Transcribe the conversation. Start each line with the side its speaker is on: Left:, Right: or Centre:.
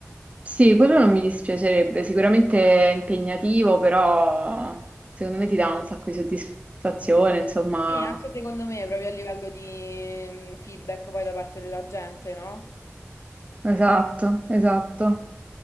Right: Sì, quello non mi dispiacerebbe, sicuramente è impegnativo, però secondo me ti dà un sacco di soddisfazione, insomma.
Left: Sì, anche secondo me, proprio a livello di mm, feedback poi da parte della gente, no?
Right: Esatto, esatto.